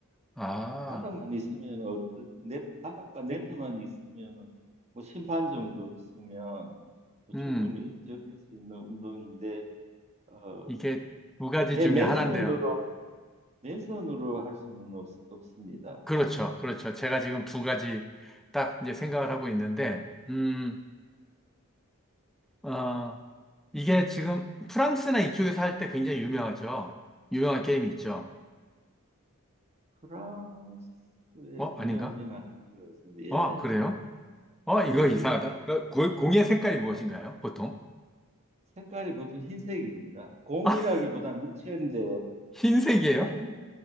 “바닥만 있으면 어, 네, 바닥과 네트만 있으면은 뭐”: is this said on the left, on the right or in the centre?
Right